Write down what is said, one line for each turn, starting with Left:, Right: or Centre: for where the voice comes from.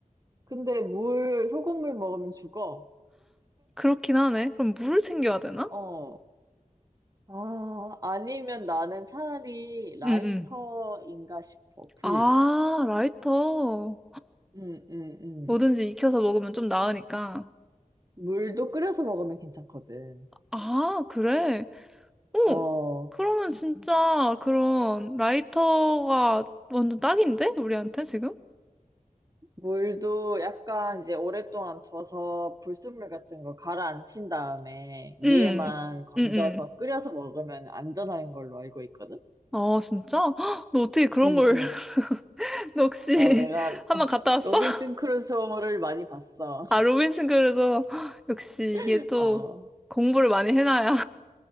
Right: 근데 물, 소금물 먹으면 죽어.
Centre: 그렇긴 하네. 그럼 물을 챙겨야 되나?
Right: 어. 아, 아니면 나는 차라리 라이터인가
Centre: 응, 응.
Right: 싶어. 불.
Centre: 아, 라이터.
Right: 음, 음, 음.
Centre: 뭐든지 익혀서 먹으면 좀 나으니까.
Right: 물도 끓여서 먹으면 괜찮거든.
Centre: 아, 그래. 오,
Right: 어,
Centre: 그러면 진짜 그런 라이터가 완전 딱인데? 우리한테 지금?
Right: 물도 약간 이제 오랫동안 둬서 불순물 같은 거 가라앉힌 다음에 위에만
Centre: 응,
Right: 건져서
Centre: 응, 응.
Right: 끓여서 먹으면 안전한 걸로 알고 있거든?
Centre: 아, 진짜? <gasps> 헉, 너 어떻게 그런
Right: 응,
Centre: 걸,
Right: 응.
Centre: <laughs> 너 혹시
Right: 어, 내가
Centre: <laughs> 한
Right: <laughs>
Centre: 번 갔다 왔어?
Right: 로빈슨
Centre: <laughs>
Right: 크루소를 많이 봤어.
Centre: 아, 로빈슨 그루소. 헉, <gasps> 역시 이게
Right: <laughs>
Centre: 또
Right: 어,
Centre: 공부를 많이 해놔야